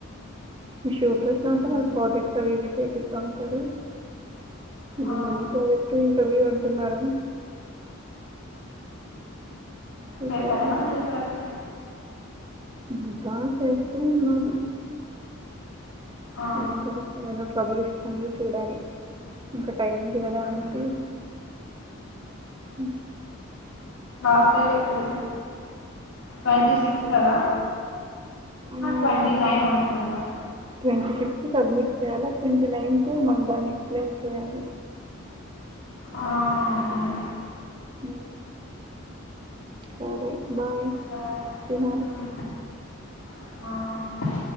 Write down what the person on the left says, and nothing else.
మ్మ్.
ఆ
చేసావా
నిన్న ప్రాజెక్ట్
ఆ
మ్మ్.
లాస్డేట్ ఎప్పుడు ట్వంటీ సిక్స్ కదా
ట్వంటీ నైన్ అనుకుంటా
ఆ అవును
సరే
బాయ్